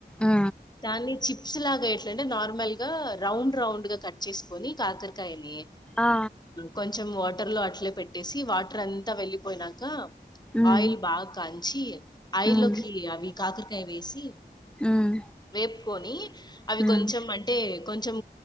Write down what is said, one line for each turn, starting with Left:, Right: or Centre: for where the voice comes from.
Centre: ఆ
Left: దాన్ని చిప్స్ లాగా ఆంటే నార్మల్ గా రౌండ్ రౌండ్ గా కట్ చేసుకొని కాకరకాయని
Centre: ఆ,
Left: కొంచెం వా వాటర్ లో అట్లే పెట్టేసి వాటర్ అంతా వెళ్ళలిపోయినాక
Centre: ఉమ్
Left: ఆయిల్ బాగా ఖాళీ చియి ఆయి
Centre: ఉమ్
Left: లోకి అవి కాకరకాయ వేసి
Centre: ఉమ్
Left: వేపుకొని అవి
Centre: ఉమ్
Left: కొంచెం అంటే కొంచెం